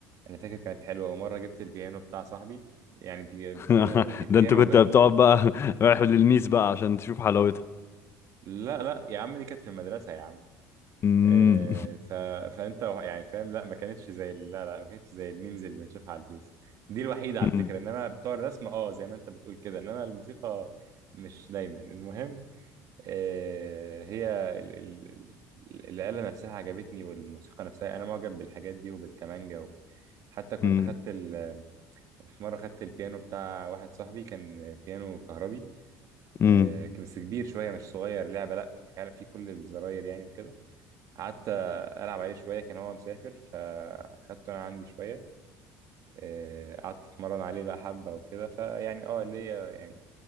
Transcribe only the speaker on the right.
انا فاكر كانت حلوه ومره جبت البيانو بتاع صاحبي يعني بي...
آه، بي... بيانو
لا لا يا عم دي كانت في المدرسة يا عم
آه
ف... فانت وه- يعني فاهم لا ما كانتش زي ال- لا لا ما كانتش زي الميمز اللي بنشوفها على الفيس دي الوحيدة على
فكرة انما بتوع الرسم اه زي ما انت بتقول كده انما الموسيقى مش دايما المهم آه هي ال... ال... ال- الآلة نفسها عجبتني والموسيقى نفسها انا معجب بالحاجات دي وبالكمانجا و... حتى كنت
خدت ال... في مرة خدت البيانو بتاع واحد صاحبي كان بيانو كهربي آه،
بس كبير شويه مش صغير لعبه لا فعلا في كل الزراير يعني وكده قعدت العب عليه شويه كان هو مسافر فاخدته انا عندي شويه آه، قعدت اتمرن عليه بقى حبه وكده فيعني اه ليا يعني